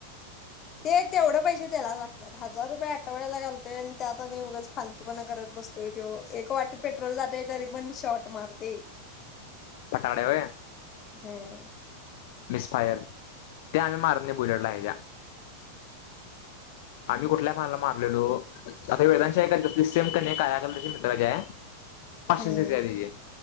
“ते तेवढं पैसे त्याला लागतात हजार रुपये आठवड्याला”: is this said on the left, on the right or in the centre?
Left